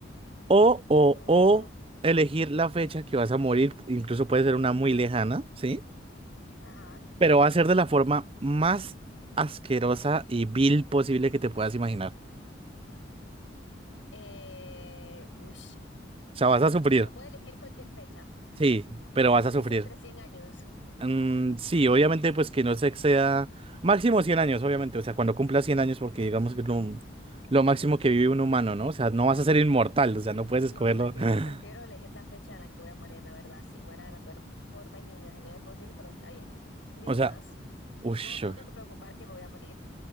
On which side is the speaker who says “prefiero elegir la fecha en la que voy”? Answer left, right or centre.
Left